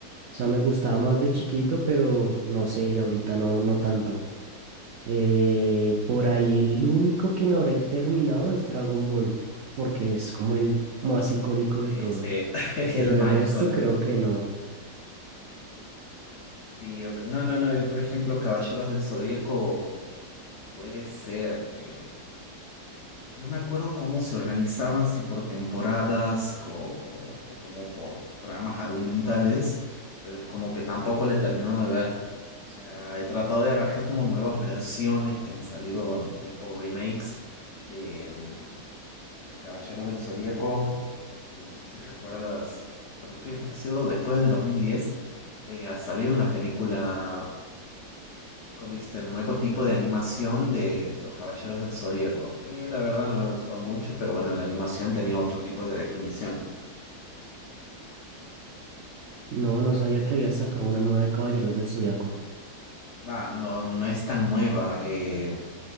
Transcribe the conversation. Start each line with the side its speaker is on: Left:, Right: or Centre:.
Right: O sea, me gustaba más de chiquito, pero no sé, ya ahorita no, no tanto. Eh, por ahí el único que me habré terminado es Dragon Ball, porque es como el más icónico
Left: Sí,
Right: de todos.
Left: sí, <laughs>
Right: Pero
Left: el
Right: el
Left: más
Right: resto
Left: icónico.
Right: creo
Left: de
Right: que
Left: todos.
Right: no.
Left: Sí, ok. No, no, no, yo por ejemplo, Caballeros del Zodíaco puede ser, eh, no me acuerdo cómo se organizaban, si por temporadas co- o, o como por tramas argumentales, pero es como que tampoco le termino de ver. O sea, he tratado de agarrar como nuevas versiones que han salido tipo remakes de, mm, de Caballeros del Zodíaco, eh, porque no sé si recuerdas, creo que ha sido después del 2010 eh, ha salido una película con este nuevo tipo de animación de Los Caballeros del Zodíaco, que la verdad no me ha gustado mucho, pero bueno, la animación tenía otro tipo de definición.
Right: No, no sabía que habían sacado una nueva de Caballeros del Zodiaco.
Left: Va, no, no es tan nueva, eh,